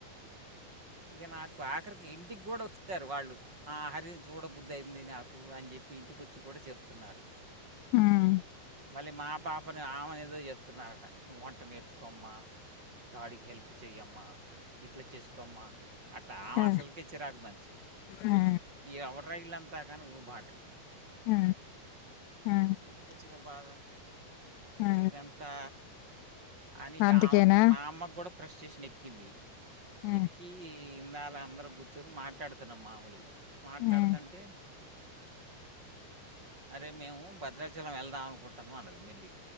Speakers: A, on the right; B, on the left.
A: ఇగ నా ఆఖరికి ఇంటికి గుడా వచ్చారు వాళ్ళు. ఆ హరిని చూడబుద్దయింది నాకు అని చెప్పి ఇంటిక్ కూడా చెప్తున్నారు
B: హ్మ్.
A: మళ్ళీ మా పా ఆమెని ఆమెన్ ఏదో చెప్తున్నారట నువ్వంట నేర్ కోమ్మ. డాడీకి హెల్ప్ చేయమ్మా. ఇట్ల చేస్కోమ్మా అట్లా ఆమ
B: ఆ!
A: అసల్కే చిరాకు మనిషి
B: ఆ!
A: ఎవర్రా ఇళ్లం తాక నువ్వు బక్రిచ్
B: ఆ ఆ
A: ఎందుకు వచ్చిన బాధ
B: ఆ!
A: ఇదంతా అని ఇక
B: అందుకేనా?
A: ఆమె కి మా అమ్మకి కూడా ఫ్రస్టేషన్ ఎక్కింది
B: ఆ!
A: ఎక్కి ఈ ఇందాల అందరం కూర్చుని మాట్లాడుతున్నాం మాముూలుగా మాట్లాడుతంటే
B: హ్మ్.
A: అరే మేము భద్రాచలం వెళ్దాం అనుకుంటున్నాం అన్నది మెల్లి